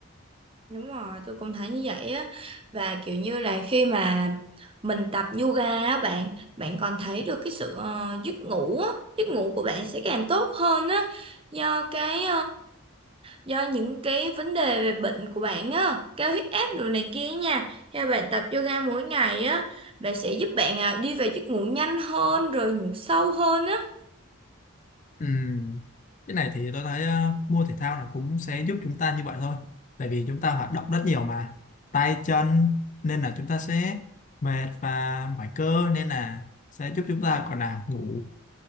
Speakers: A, on the right (about 25°); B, on the left (about 35°).
A: đúng rồi tôi cũng thấy như vậy á và kiểu như là khi mà mình tập yoga á bạn bạn còn thấy được cái sự ờ, giấc ngủ á giấc ngủ của bạn sẽ càng tốt hơn á do cái do những cái vấn đề về bệnh của bạn á cao huyết áp rồi này kia nha theo bạn tập yoga mỗi ngày á bạn sẽ giúp bạn à, đi về giấc ngủ nhanh hơn rồi ngủ sâu hơn á
B: Ừ. Cái này thì tôi thấy ờ, mua thể thao là cũng sẽ giúp chúng ta như vậy thôi. Tại vì chúng ta hoạt động rất nhiều mà tay chân nên là chúng ta sẽ mệt và mỏi cơ nên là sẽ giúp chúng ta còn là ngủ